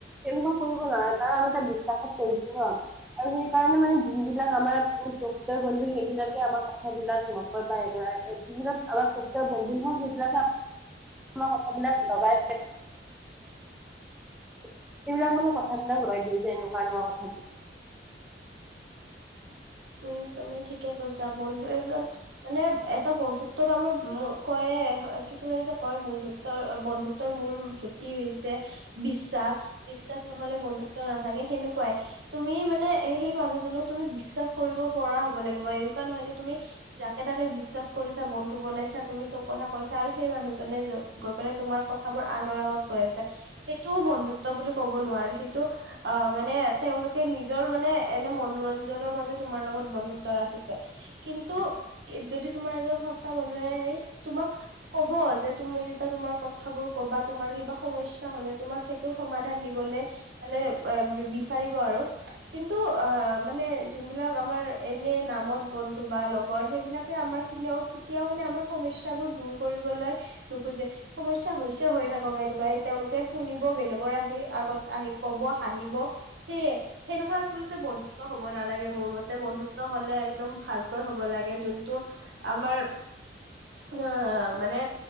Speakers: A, in the centre; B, on the right.
A: এনেকুৱা কৰিব নোৱাৰে কাৰণ আমি তাৰ এতিয়া বিশ্বাসত কৰিছো ন। আৰু সেই কাৰণে মানে যোন বিলাক আমাৰ বন্ধু আমাৰ কথ বিলাক ম <inaudible> বা যিবিলাক আমাৰ প্ৰকৃত বন্ধু নহয় সেইবিলাকে কথাবিলাক লগাই <unintelligible> সেইবিলাক মানে কথ <inaudible> বিলাক লৈ দিয়ে যে এনেকুৱা কেনেকুৱা কথাবিলাক
B: উম, তুমি ঠিকে কৈছা বন্ধু এজন মানে এটা বন্ধুত তাত মোৰ কয়ে কিছুমানে যে কয় মূলূত্বৰ বন্ধুত্বৰ মূল সেইত কি হৈছে বিশ্বাস বিশ্বাছ নহলে বন্ধুত্ব নাথ থাকে সেনেকুৱাই তুমি মানে সেই মানুহজনক তুমি বিশ্বাছ কৰিব কৰা হ'ব লাগিব এনেকুৱা নহয় যে তুমি যাকে তাকে বিশ্বাছ কৰিছা বন্ধু বনাইছা তুমি চব কথা কৈছা আৰু সেই মানুহজনে যত গৈ পেলাই তোমাৰ কথাবোৰ আনৰ আগত কৈ আছে সেইটোও বন্ধুত্ব বুলি কব নোৱাৰি সেইটো অ মানে তেওঁলোকে নিজৰ মানে এনে মনোৰঞ্জনৰ বাবে তোমাৰ লগত বন্ধুত্ব ৰাখিছে। কিন্তু যদি তোমাৰ এজন সঁচা বন্ধুয়ে সেই তোমাক ক'ব যে তুমি যেতিয়া তোমাৰ কথাবোৰ কবা তোমাৰ কিবা সমস্য সমস্যা হ'লে তোমাক সেইটোৰ সমাধান দিবলে মানে বিচাৰিব আৰু। কিন্তু আ মানে যোনবিলাক আমাৰ এনে নামত বন্ধু বা লগৰ সেইবিলাকে আমাৰ ইনেও কেতিয়াও মানে আমাৰ সমস্যাবোৰ দূৰ কৰিবলৈ নোখোজে। স সমস্যা হৈছে হৈ থাকক এনেকুৱা এই তেওঁলোকে শুনিব বেলেগৰ আহি আগত আহি ক'ব, হাঁহিব। সেয়ে সেনেকুৱা আচলতে বন্ধুত্ব হ'ব নালাগে। মোৰ মতে বন্ধুত্ব ত্ব হ'লে একদম ভালকৈ হ'ব লাগে যোনটো আমাৰ তোমাৰ মানে